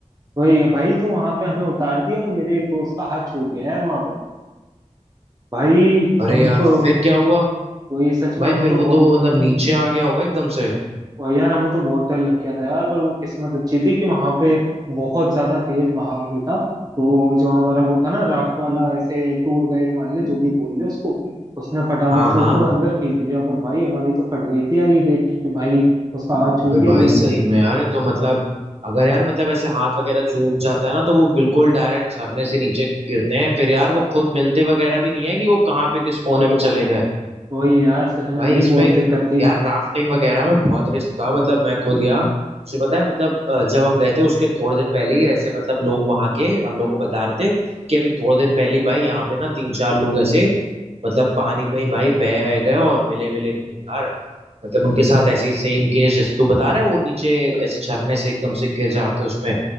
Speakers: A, on the right (about 30°); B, on the right (about 55°).
A: वही है भाई तो वहां पे हमें उतार दिया और मेरे एक दोस्त का हाथ छूट गया यार वहां पे भाई
B: अरे
A: हम
B: यार
A: तो
B: फिर क्या हुआ
A: वही सच में
B: भाई
A: हम
B: फिर
A: तो
B: वो तो
A: बहुत
B: मतलब नीचे आ गया होगा एकदम से
A: और यार हमें तो बहुत डर लग गया था यार पर वो किस्मत अच्छी थी कि वहां पे बहुत ज्यादा तेज बहाव नहीं था तो जो हमारा वो था ना राफ्ट वाला ऐसे टूर गाइड मान ले जो भी बोल ले उसको उसने फटाफट
B: हाँ
A: से
B: हाँ
A: उसको अंदर खींच लिया पर भाई हमारी तो फट गई थी यार ये देख के कि भाई उसका हाथ छूट
B: अबे
A: गया
B: भाई
A: बीच
B: सही
A: में ही
B: में यार ये तो मतलब अगर यार मतलब ऐसे हाथ वगैरह चूक जाता है ना तो वो बिल्कुल डायरेक्ट झरने से नीचे गिरते हैं फिर यार वो खुद मिलते वगैरह भी नहीं है कि वो कहाँ पे किस कोने में चले गए
A: वही यार सच में
B: भाई
A: भाई
B: इसमें
A: बहुत दिक्कत थी
B: यार राफ्टिंग वगैरह में बहुत रिस्क था मतलब मैं खुद गया तुझे पता है मतलब अ, जब हम गए थे उसके थोड़े दिन पहले ही ऐसे मतलब लोग वहां के हम लोग को बता रहे थे कि अभी थोड़े दिन पहले ही भाई यहाँ पे ना तीन चार लोग ऐसे मतलब पानी में ही भाई बह बह गए और मिले विले भी नहीं यार मतलब उनके साथ ऐसे ही सेम केस जैसे तू बता रहा है वो नीचे ऐसे झरने से एकदम से गिर जाते हैं उसमें